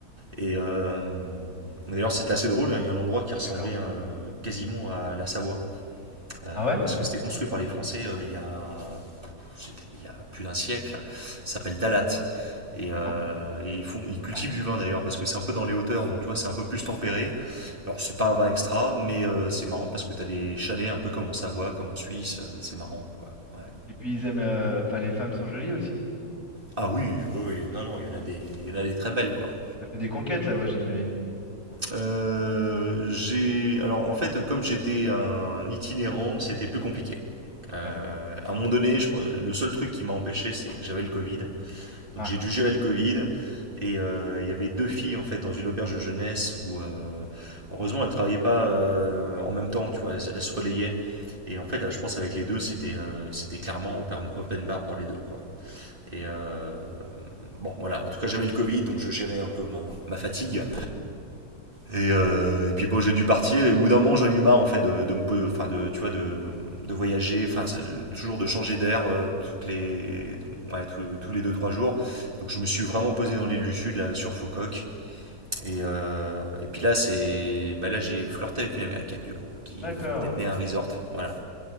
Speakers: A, on the right (about 35°); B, on the left (about 50°).
A: Et euh, d'ailleurs, c'était assez drôle. hein, Il y a un endroit qui ressemblait
B: d'accord.
A: euh, quasiment à la Savoie, euh,
B: Ah ouais?
A: parce que c'était construit par les Français euh, il, y a, c'était il y a plus d'un siècle. Ça s'appelle Dalat. Et,
B: Fais
A: euh,
B: voir.
A: et ils, font, ils cultivent
B: Ah là.
A: du vin d'ailleurs, parce que c'est un peu dans les hauteurs, donc tu vois, c'est un peu plus tempéré. Alors, c'est pas un vin extra, mais euh, c'est marrant parce que t'as des chalets un peu comme en Savoie, comme en Suisse. euh, c'est marrant, quoi. Ouais.
B: Et puis, ils aiment. la- Enfin, les femmes sont jolies aussi.
A: Ah oui, oui, oui. Non, non, il y en a des, il y en a des très belles, quoi.
B: Ça fait des conquêtes là-bas, j'imagine, toi, te connaissant.
A: Euh, j'ai alors en fait comme j'étais un itinérant, c'était plus compliqué. Euh,
B: Ouais, c'est-
A: à un moment donné, je pense- le seul truc qui m'a empêché, c'est que j'avais le Covid.
B: Ah,
A: Donc j'ai dû gérer le Covid. Et euh, il y avait deux filles en fait dans une auberge de jeunesse où euh, heureusement elles travaillaient pas euh, en même temps, tu vois, elles, elles se relayaient. Et en fait, là, je pense avec les deux, c'était euh, c'était clairement open, open bar pour les deux quoi. Et euh, bon voilà, en tout cas j'avais le Covid, donc je gérais un peu ma, ma fatigue. Et, euh, et puis bon, j'ai dû partir et au bout d'un moment, j'en ai eu marre en fait de, de me, enfin de, tu vois, de, de voyager, enfin c'est- toujours de changer d'air euh, toutes les, ouais, tous tous les deux trois jours. Donc je me suis vraiment posé dans l'île du Sud là sur Foucault. Et, euh, et puis là, c'est, bah là, j'ai flirté avec une américaine du coup qui
B: d'accord.
A: euh, détenait un resort. Voilà,